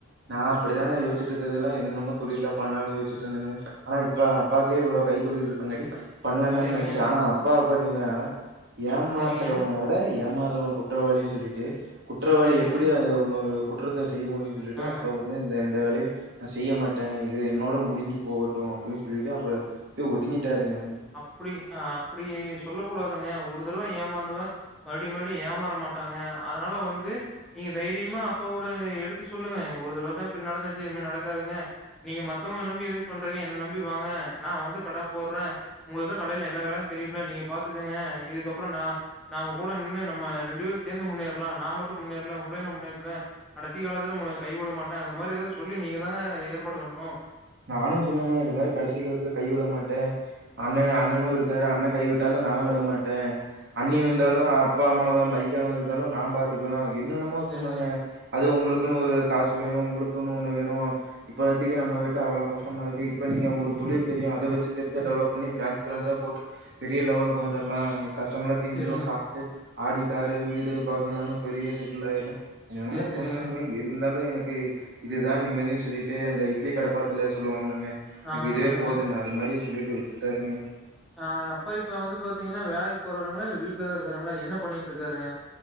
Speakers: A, on the right; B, in the centre.
A: நா அப்பிடித்தாங்க யோச்சிட்டு இருக்கது எல்லா என்னமோ தொழில்ல பண்ணலான் யோச்சிட்டு இருந்தேனுங்க ஆனா இப்ப ப்பாக்கே இவ்ளோ கை தொழில் இருக்குன்னாடி பண்ணலாந்தாங்கன்
B: சரிங்க,
A: நெனச்சே ஆனா அப்பா பாத்தீங்கன்னா ஏமாத்துரவன
B: சரிங்க,
A: வி ட ஏமாறவ குற்றவாளின் சொல்லிட்டு குற்றவாளி
B: சரிங்க.
A: எப்பிடி அத உன்னொரு குற்றத்த செய்ய முடியு சொல்லிட்டு
B: ஆ.
A: அப் ப்ப வந்து இந்த எந்த வேலையு நா செய்யமாட்டே இது என்னோட முடிஞ்சி போகட்டு அப்பிடின் சொல்லிட்டு அப்ப இப்பே ஒதுங்கிட்டாருங்க
B: அப்பிடி அ அப்பிடி சொல்ல கூடாதுங்க ஒரு தரவ ஏமாந்தவ மறுடியு மறுடியு ஏமாறமாட்டாங்க அதனால வந்து நீங்க தைரியமா அப்பா கூட எடுத்து சொல்லுங்க ஒரு தரவதா இப்டி நடந்துச்சி இனிமே நடக்காதுங்க நீங்க மத்தவங்கள நம்பி எதுக்கு பண்றீங்க என்ன நம்பி வாங்க நா வந்து கட போடறே உங்களுக்குதா கடையில எல்லா வேல தெரியும்ல்ல நீங்க பாத்துக்கங்க இதுக்கப்புறோ நா நா உங்க கூட நின்னு நம்ம ரெண்டு பேரு சேந்து முன்னேறலா நா மட்டு முன்னேறல உங்களயு நா முன்னேத்துவே கடசி காலத்துல உங்க கைவுடமாட்டே அந்த மாரி எதாது சொல்லி நீங்க தாங்க ஏற்பாடு பண்ணு
A: நானு சொன்னங்க இந்த மாரி கடசி கலத்துல கைவிடமாட்டே அண்ணே அண்ணனு இருக்காரு அண்ண கைவிட்டாலு நா விடமாட்டே அண்ணி
B: சரிங்க,
A: வந்தாலு அப்பா அம்மாவா மதிக்காம இருந்தாலு நா பாத்துக்குவே என்னென்னமோ
B: சரிங்க,
A: சொன்னாங்க அது உங்களுக்குன்னு ஒரு காசு வேணு உங்களுக்குன் ஒன்னு வேணு இப்பாத்திக்கு நம்மகிட் ட்ட அவ்ள கஷ்டமா இருக்கு இப்ப நீங்க உங்களுக்கு தொழில் தெரியு அத வச்சி பெருசா டெவலப் பண்ணி பிராஞ் பிராஞ்சா போட்டு பெரிய லெவலுக்கு வந்தர்லா கஷ்டமல்லா தீந்திரு
B: சரிங்க.
A: காரு ஆடிக்காரு வீடு பங்களான்னு பெரிய செட்டில் ஆயிரலா எனமோ
B: சரி, சரிங்க.
A: சொன்னணுமே இருந்தாலு எனக்கு இதுதா நிம்மதினு சொல்லிட்டு அந்த இட்லி கடப்பாட த்துல சொல்லுவாங்கல்லங்க எனக்கு
B: ஆமாங்க,
A: இதுவே
B: ஆமாங்க.
A: போதுன்னு அது மாரி சொல்லிட்டு விட்டுடாருங்க
B: ஆ அப்பா இப்ப வந்து பாத்தீங்கன்னா வேலைக்கு போறாங்களா இல்ல வீட்லதா இருக்காருங்களா என்ன பண்ணிட்டு இருக்காருங்க